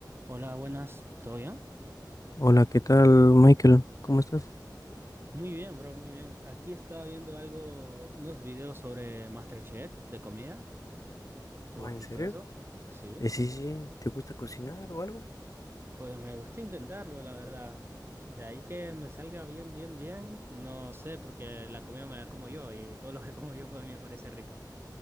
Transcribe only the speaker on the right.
Hola, buenas, ¿todo bien?
Muy bien, bro, muy bien. Aquí estaba viendo algo, unos videos sobre MasterChef de comida. ¿Tú
has
visto
eso? Sí.
Pues me gusta intentarlo, la verdad. De ahí que me salga bien, bien, bien. No sé, porque la comida me la como yo y todo lo que como yo para mí me parece rico.